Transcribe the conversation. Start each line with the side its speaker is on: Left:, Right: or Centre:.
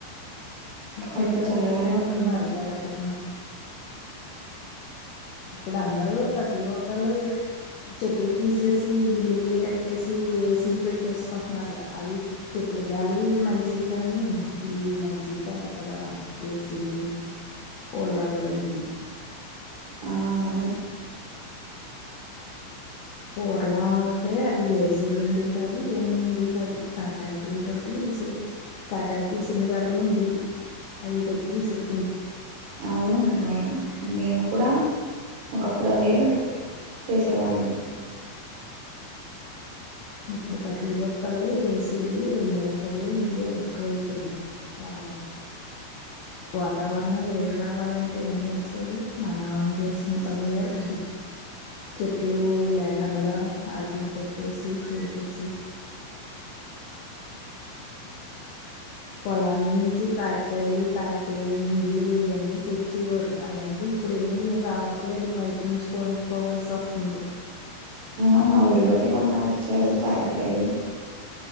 Right: కొంత
Left: చెట్లు
Right: చల్లగానే
Left: తీసేస్తున్నారు
Right: ఉంటుంది <inaudible>
Left: అలాగే ఇప్పుడు అందరూ ప్రతి ఒక్కళ్ళు చెట్లు తీసేసి బిల్డింగ్లు కట్టేసి ఏసి పెట్టేసుకుంటున్నారు అది చెట్లు గాలి మంచిది కానీ ఈ మంచి కాదు కదా ఏసీలు కూలర్లు అవి
Right: ఆ ఆవును
Left: పూర్వ అయితే అ ఏసీలు ఉండే కాది ఏమి ఉండే కాదు తాటాకుల తో ట్సు తాటాకిసనగరలు ఉండి అవి పెట్టి విసురు
Right: అవును మేమ్ మేము కూడా ఒకప్పుడు అదే చేసేవాళ్ళం
Left: ఇప్పుడు ప్రతి ఒక్కళ్ళు ఏసీలు ఇన్వర్టర్లు ఇయే ఎక్కువైపోయింది బాగా వాతావరణం వేడి రావాలంటే ఏం చేస్తుది మన చేసిన పనేగా ఇది చెట్లు లేకండగ ఆట్లిని కొట్టేసి చేసేసి ఉ పొలాల నుంచి తాటికాయలు తాటి ముంజులు ఇవన్నీ తెచ్చి ఇవ్వరు అలాంటి ఇప్పుడు ఏమిీ రావట్లేదు బయట నుంచి పోనికి కోవలసి వస్తుంది
Right: ఆ మా ఊర్లోకిమన్నా వచ్చాయి తాటికాయలు